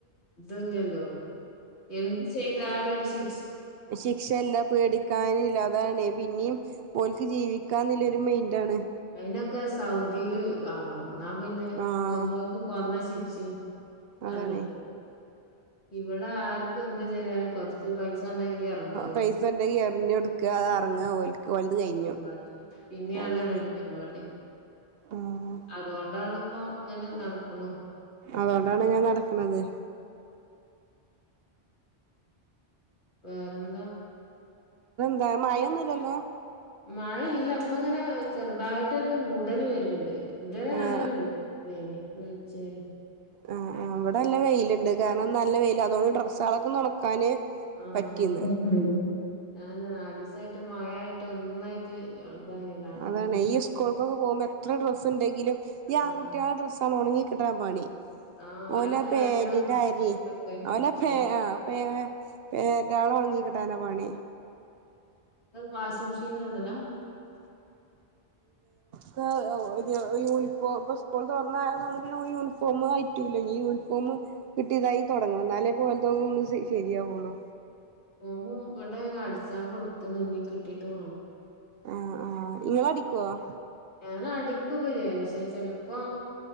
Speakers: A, on the left (about 75°); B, on the right (about 65°).
A: അതല്ലല്ലോ എന്ത് ചെയ്താലോരു ശി
B: ശിക്ഷയല്ല പേടിക്കാനില്ലാതാണ് പിന്നീം പോൽക്ക് ജീവിക്കാനുള്ളരു മെെയിന്റ്ണ്
A: അയിനൊക്കെ സൗദിയില് ആവണം എന്നാ പിന്നെ
B: ആഹ്
A: കൊന്നോൽക്ക് കൊന്ന ശിക്ഷ ആ
B: അതാണ്
A: കിട്ടും ഇവിടെ ആർക്കും എന്ത് ചെയ്യ്താലും കൊറച്ച് പൈ സ ഒണ്ടങ്ങി <unintelligible> ഇറങ്ങാവ
B: പൈസ ഉണ്ടെങ്കി എറിഞ്ഞൊടുക്ക അറങ്ങ ഓൽക്ക് ഓൽത് കഴിഞ്ഞു
A: <unintelligible>
B: അതാണ്
A: അതെ നല്ല പരിപാടി
B: ആഹ്
A: അതുകൊണ്ടണിപ്പൊ അങ്ങനെ നടക്കണു
B: അതുകൊണ്ടാണ് ഞാൻ നടക്കണത്
A: വേറെന്താ
B: ന്താ മഴൊന്നും ഇല്ലല്ലോ
A: മഴല്ല അപ്പ ഇങ്ങനെ ചെറുതായിട്ടൊരു മൂടല് വെരിണ്ട് ഇത്
B: ആഹ്
A: നല്ല വെളിച്ചെയ്നി <unintelligible>
B: ആ അവിടെല്ല വെയിലുണ്ട് കാരണം നല്ല വെയില് അതുകൊണ്ട് ഡ്രസ്റ്റാളക്കെ ഒന്ന് ഒണക്കാന്
A: ആ
B: പറ്റിന്ന്
A: <unintelligible> ഞാന് നാലീസായിട്ട് മഴായിട്ട് ഒന്നായിട്ട് ഇതായില്ല അനങ്ങി
B: അതാണ് ഈ സ്കൂൾക്കൊക്കെ പോകുമ്പോ എത്ര ഡ്രസ്സ് ഉണ്ടെങ്കിലും
A: ആഹ്
B: ഈ ആൺകുട്ടിളെ ഡ്രസ്സണ് ഉണങ്ങി കിട്ടാ പണി
A: ആഹ് ഓലെ
B: ഓല
A: ഫാനിലും
B: പാന്റിന്റെ അര
A: ഇതൊക്കെ ഇങ്ങള്
B: ഓല പാന്റ് പാന്റാള് ഉണങ്ങി കിട്ടാൻ അവല പേ ആ പേ <unintelligible> ധാനവാണി
A: വാഷിംങ്ങ് മിഷനി ഇടല്ല
B: ഒരു യൂണിഫോം ഇപ്പോൾ സ്കൂൾ തുറന്നായതോണ്ട് യൂണിഫോം <unintelligible> ഈ യൂണിഫോമ് കിട്ടിയതായി തുടങ്ങണം എന്നാലേ പോലതോ ഒന്ന് ശരിയാവുള്ളൂ
A: ഫോമ്മ് ഇവിടെ അടിച്ചാ കൊടുത്ത് ഇനി കിട്ടീട്ട് വേണം
B: ആ ആ ഇങ്ങള് അടിക്കൊ -
A: ഞാന അടിക്കൊക്കെ ചെയും ചെലപ്പോ